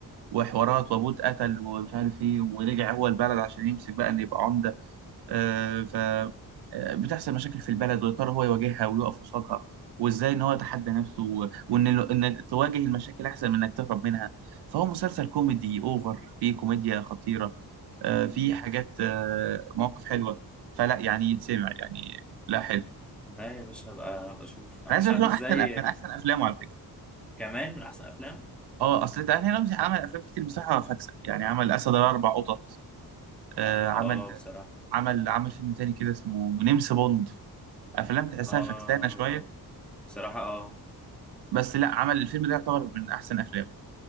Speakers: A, on the right (about 85°); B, in the centre.
A: وحوارات وابوه اتقتل ومش عارف ايه ورجع هو البلد عشان يمسك بقى ان يبقى عمده آه، ف آه، بتحصل مشاكل في البلد ويا ترى هو يواجهها ويقف قصادها وازاي ان هو يتحدى نفسه و- وان ال- انك تواجه المشاكل احسن من انك تهرب منها فهو مسلسل كوميدي اوفر فيه كوميديا خطيره آه، فيه
B: امم
A: حاجات آه، مواقف حلوه فلا يعني يتسمع يعني لا حلو
B: لا يا باشا هبقى هبقى اشوف انا
A: انا عايز
B: مش
A: اقول
B: عارف
A: لك إن
B: ازاي
A: هو احسن من احسن افلامه على فكره
B: كمان من احسن افلام
A: اه اصل تعني رمزي عمل افلام كتير بصراحه فاكسه يعني عمل اسد الاربع قطط آه،
B: اه اه
A: عمل
B: بصراحه
A: عمل عمل فيلم تاني كده اسمه نمس بوند افلام تحسها
B: اه
A: فكسانه شويه
B: برضه بصراحه اه
A: بس لا عمل الفيلم ده يعتبر من احسن افلامه